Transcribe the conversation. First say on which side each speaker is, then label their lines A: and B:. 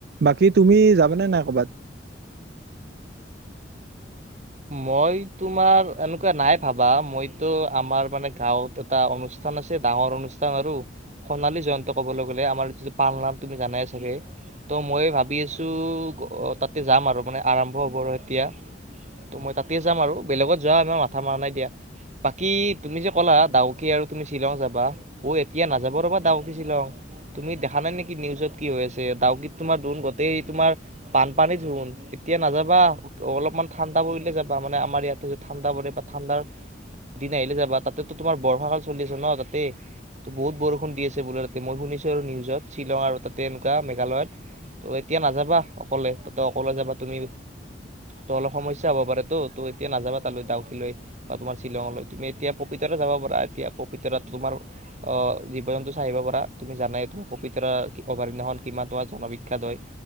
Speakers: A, on the right (about 60°); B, on the right (about 40°).
A: বাকী তুমি যাবানে নাই কৰ'ৰবাত?
B: মই তোমাৰ এনেকুৱা নাই ভাবা মইতো আমাৰ মানে গাঁৱত এটা অনুষ্ঠান আছে ডাঙৰ অনুষ্ঠান আৰু সোণালী জয়ন্ত কবলৈ গলে আমাৰ যিটো পাল নাম তুমি জানাই চাগে ত' মই ভাবি আছো তাতে যাম আৰু মানে আৰম্ভ হব আৰু এতিয়া। ত মই তাতে যাম আৰু বেলেগত যোৱা আমাৰ মাথা মৰা নাই দিয়া বাকী তুমি যে ক'লা ডাউকি আৰু তুমি শ্বিলং যাবা অ এতিয়া নাযাবা ৰবা ডাউকি শ্বিলং তুমি দেখা নাই নেকি নিউজত কি হৈ আছে ডাউকিত তোমাৰ ধোন গোতেই তোমাৰ বানপানী ধোন এতিয়া নাযাবা অলপমান ঠাণ্ডা পৰিলে যাবা মানে আমাৰ ইয়াতে ঠাণ্ডা পৰে বা ঠাণ্ডাৰ দিন আহিলে যাবা তাতেতো তোমাৰ বৰ্ষাকাল চলি আছে ন তাতেই ত বহুত বৰষুণ দি আছে বোলে তাতে মই শুনিছো আৰু নিউজত শ্বিলং আৰু তাতে এনেকুৱা মেঘালয়ত ত' এতিয়া নাযাবা অকলে তাতে অকলে যাবা তুমি ত অলপ সমস্যা হব পাৰে ত' ত এতিয়া নাযাব তালৈ ডাউকিল লৈ বা তোমাৰ শ্বিলঙলৈ তুমি এতিয়া পপিতৰা যাব পাৰা এতিয়া পপিতৰাত তোমাৰ অ জীৱ জন্তু চাহিব পাৰা তুমি জানাই তোমাৰ পপিতৰা অভাৰখন কিমান তোমাৰ জনবিখ্যাত হয়